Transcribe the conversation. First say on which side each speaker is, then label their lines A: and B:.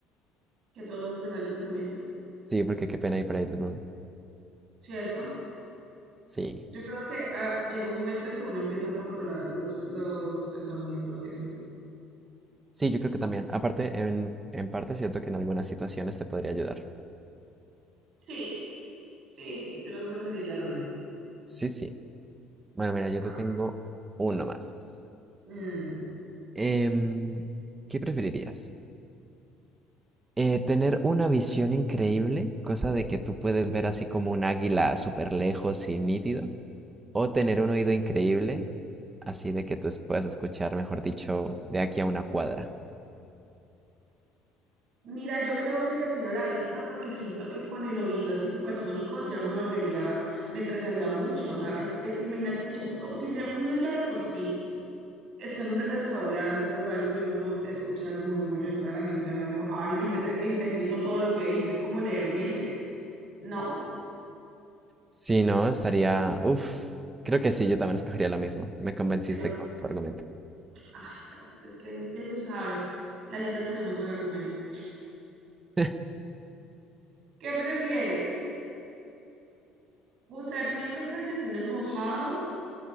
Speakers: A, on the right (about 45°); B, on the right (about 15°).
A: Que todo el mundo te lea el pensamiento,
B: Sí, porque qué pena ir por ahí desnudo.
A: ¿cierto?
B: Sí.
A: Yo creo que ah, llega un momento en que uno empieza a controlar los, los pensamientos y así.
B: Sí, yo creo que también. Aparte, en, en parte es cierto que en algunas situaciones te podría ayudar.
A: Sí, sí, sí, yo también preferiría lo mismo.
B: Sí, sí. Bueno, mira, yo
A: Ah,
B: te tengo uno más.
A: mm.
B: Em, ¿qué preferirías? Eh, ¿tener una visión increíble, cosa de que tú puedes ver así como un águila súper lejos y nítido? ¿O tener un oído increíble, así de que tú es- puedas escuchar, mejor dicho, de aquí a una cuadra?
A: Mira, yo creo que prefiero la vista porque siento que con el oído así supersónico ya me volvería, me estresaría mucho. O sea, es- eh, imagínate escuchar todo. Si uno uno ya de por sí está en un restaurante o algo y uno escucha el murmullo de toda la gente hablando, ahora imagínate entendiendo todo lo que dicen, es como leer mientes. No,
B: Si no, estaría. Uf, creo que sí, yo también escogería lo mismo. Me convenciste
A: en lo,
B: con tu argumento.
A: Ay, gracias. Es que ya tú sabes, las lindas tenemos buen argumento.
B: <laughs>
A: ¿Qué prefieres? ¿Usar siempre calcetines mojados